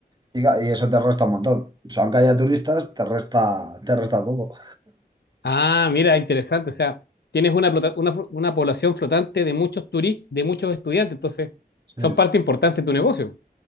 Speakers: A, on the right; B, on the left.
A: y, ca- y eso te resta un montón. O sea, aunque haya turistas, te resta, te resta todo.
B: Ah, mira, interesante, o sea, tienes una, plota- una, una población flotante de muchos turistas, de muchos estudiantes, entonces
A: Sí.
B: son parte importante de tu negocio.